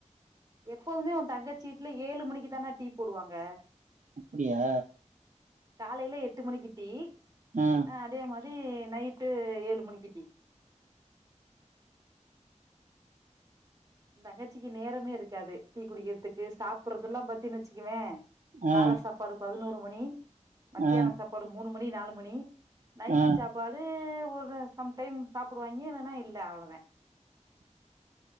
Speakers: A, on the right (about 30°); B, on the right (about 80°).
A: எப்போதுமே உன் தங்கச்சி வீட்டுல ஏழு மணிக்கு தான டீ போடுவாங்க.
B: அப்டியா.
A: காலையில எட்டு மணிக்கு டீ.
B: ஆ
A: ஆஹ அதே மாரி. ங்கு நைட்டு ஏழு மணிக்கு டீ. தங்கச்சிக்கு நேரமே இருக்காது டீ குடிக்கிறதுக்கு சாப்பிடறது எல்லாம் பாத். துன்னு வச்சுக்குவே
B: ஆ
A: கால சாப்பாடு பதினொ. ரு மணி. மத்தியான
B: ஆ
A: சாப்பாடு மூணு மணி நாலு. மணி. நைட்டு
B: ஆ
A: சாப்பாடு. ஒரு சம் டைம் சாப்பிடுவாங்க இல்லன்னா இல்ல அவ்வளவுதே.